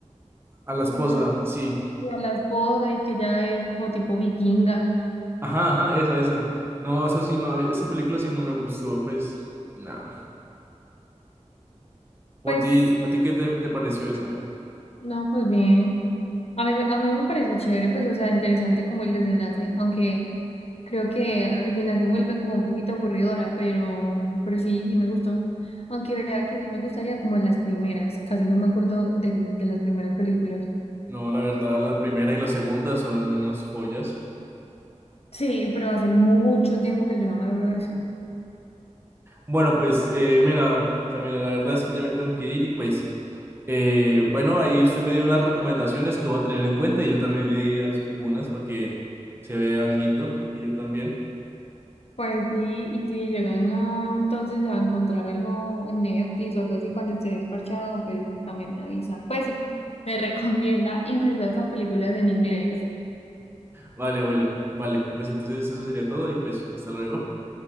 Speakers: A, on the right (about 20°); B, on the left (about 55°).
A: A la esposa,
B: ay, yo-
A: sí.
B: a la esposa y que ya es como tipo vikinga.
A: Ajá, ajá, esa, esa. No, eso sí, no, a mí- esa película sí no me gustó, pues, nada. ¿O
B: Pues
A: a ti, a ti qué te, te pareció esa?
B: No, pues bien. A mí, me- a mí me pareció chévere, pues, o sea, interesante como el desenlace, aunque creo que al final se vuelve como un poquito aburridora, pero, pero sí, sí me gustó. Aunque vea que sí me gustaría como en las primeras, casi no me acuerdo del- de, las primeras películas.
A: No, la verdad, la primera y la segunda son unas joyas.
B: Sí, pero hace mucho tiempo que yo no me veo eso.
A: Bueno, pues, eh, mira, Camila, la verdad es que ya me tengo que ir y pues, eh, bueno, ahí usted me dio unas recomendaciones que voy a tener en cuenta y yo también le di as- algunas para que se vea alguito y yo también.
B: Pues sí, y si llegan a, entonces a encontrar algo en Netflix o algo así cuando esté desparchado, pues también me avisa. Pues me <laughs> recomienda incluso hasta películas en inglés.
A: Vale, bueno, vale, pues entonces eso sería todo y pues, hasta luego.